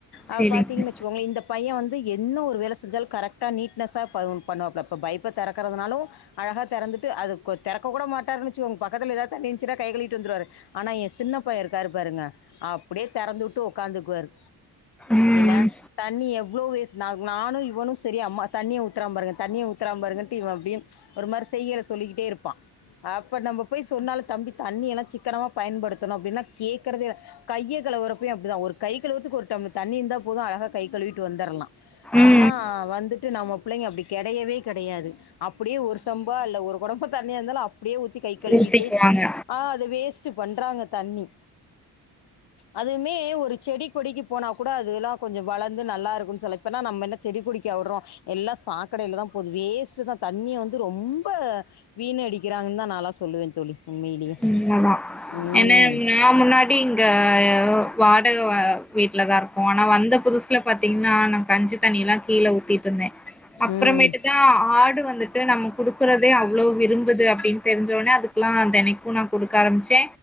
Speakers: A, on the left; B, in the centre.
A: அவ
B: செரிங்க
A: பாத்தீங்ன் னச்சு உங்ளியு இந்த பைய வந்து என்ன ஒரு வேல செஞ்சாலு கரெட்டா நீட்னஸ்ஸா ப பண்ணுவாப்ல இப்ப பைப்ப திறக்கறதுனாலு அழகா தெறந்துட்டு அது கொ தெறக்க கூட மாட்டாருன் னுச்சுகோங் பக்கத்துல ஏதாது தண்ணி இன்சுனா கை கழிட்டு வந்துருவாரு ஆனா எ சின்ன பைய இருக்காரு பாருங்க அப்டே தெறந்து வுட்டு உக்காந்துக்குவாரு
B: ம்
A: என்ன தண்ணி எவ்ளோ வேஸ் நாங் நானு இவனு செரி அம்மா தண்ணிய ஊத்றா பாருங்க தண்ணிய ஊத்தற பாருங்கன்டு இவ அப்டியேன் ஒரு மாரி செய்கைல சொல்லிக்கிட்டே இருப் பா அப்ப நம்ப போய் சொன்னால தம்பி தண்ணியெலா சிக்கனமா பயன்படுத்தணு அப்டின்னா கேக்கறது இல் கைய கலவுரறப்ப அப்டிதா ஒரு கை கழுவத்திற்கு ஒரு டம்ள தண்ணி இருந்த போது அழகாக கை கழுவிட்டு வந்துர்லா
B: ம்
A: ஆனா வந்துட்டு நம்ம புள்ளைங்க அப்டி கெடையவே கெடையாது அப்புடியே ஒரு செம்பா இல்ல ஒரு குடம்பு தண்ணியாந்தாலு அப்டியே ஊத்தி கை கழுவிட்டு
B: ஊத்திக்குவாங்க
A: அ அது வேஸ்ட்டு பண்றாங்க தண்ணி அதுவுமே ஒரு செடி கொடிக்கு போனா கூட அது எல்லா கொஞ்ச வளர்ந்து நல்லா இருக்குன்னு சொல்ல இப்போனா நம்ம என்ன செடி கொடிக்கா விடுறோ எல்லா சாக்கடையிலதா போது வேஸ்ட்தா தண்ணி வந்து ரொம்ப வீணடிக்கிறாங்கன்னுதா நாலா சொல்லுவே தோழி உண்மையிலயே
B: உண்மதா
A: ம்
B: ஏன்னா நா முன்னாடி இங்க வாடக வ வீட்லதா இருக்கோ ஆனா வந்த புதுசு ட்ல பாத்தீங்கன்னா நா கஞ்சி தண்ணிலா கீழே ஊத்திட்டுருந்த அப்பறமேட்டுதா
A: ம்.
B: ஆடு வந்துட் நம்ம குடுக்குறதே அவ்ளோ விரும்புது அப்டினு தெரிஞ்சொனே அதுக்லாம் தெனைக் கு நா குடுக்க ஆரம்பிச்சே